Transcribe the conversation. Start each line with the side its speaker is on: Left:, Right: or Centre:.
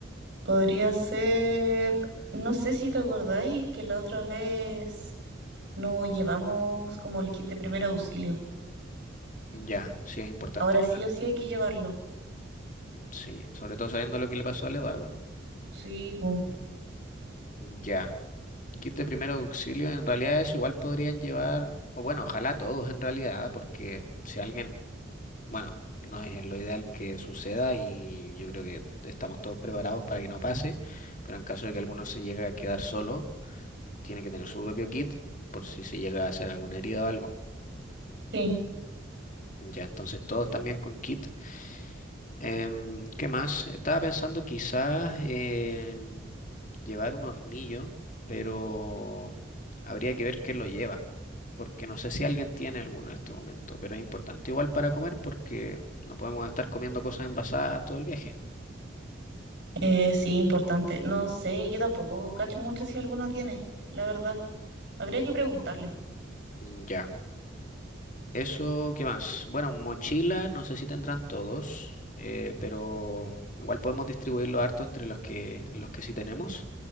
Right: podría ser, no sé si te acordáis que la otra vez no llevamos como el kit de primer auxilio.
Left: ya, sí es importante,
Right: Ahora sí o sí hay que llevarlo.
Left: sí, sobre todo sabiendo lo que le pasó al Eduardo.
Right: Sí, pues
Left: Ya. Kit de primer auxilio, en realidad eso igual podrían llevar, o bueno, ojalá todos en realidad, porque si alguien, bueno, no es lo ideal que suceda y yo creo que estamos todos preparados para que no pase, pero en caso de que alguno se llegue a quedar solo, tiene que tener su propio kit por si se llega a hacer alguna herida o algo.
Right: Sí.
Left: Ya, entonces todos también con kit. Em, ¿qué más? Estaba pensando quizás en llevar un hornillo, pero habría que ver quién lo lleva, porque no sé si alguien tiene alguno en este momento, pero es importante igual para comer porque no podemos estar comiendo cosas envasadas todo el viaje.
Right: Eh, sí, importante. No sé, yo tampoco cacho mucho si alguno tiene, la verdad. Habría que preguntarle.
Left: Mm, Ya. Eso, ¿qué más? Bueno, mochila, no sé si tendrán todos, eh, pero igual podemos distribuirlo harto entre los que, los que sí tenemos.